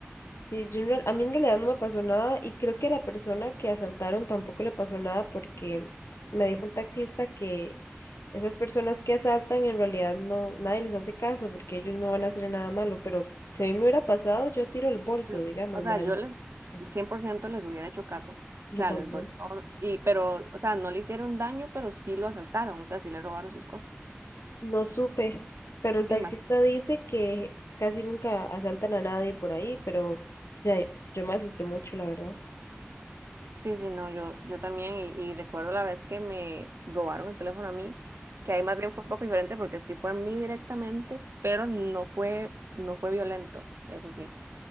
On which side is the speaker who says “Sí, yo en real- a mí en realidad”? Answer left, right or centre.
Left